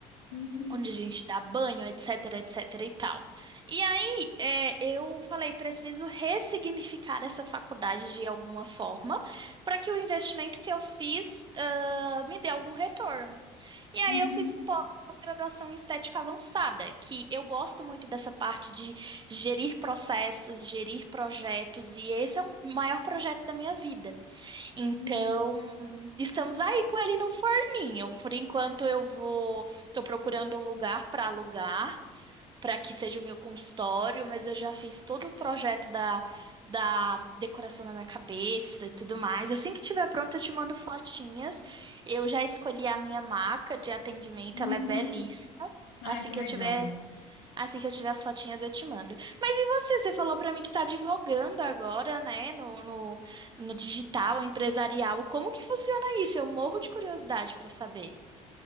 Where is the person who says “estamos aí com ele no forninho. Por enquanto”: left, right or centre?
Right